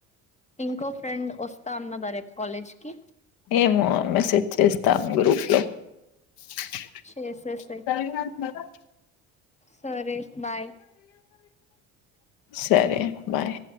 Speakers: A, on the left (about 20°); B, on the left (about 65°).
A: ఇంకో ఫ్రెండ్ వస్తా అన్నాదా రేపు కాలేజీకి
B: ఏమో మెసేజ్ చేస్తాన్ గ్రూప్ లొ <unintelligible>
A: చేసేసేయ్ సరే బాయ్
B: సరే బాయ్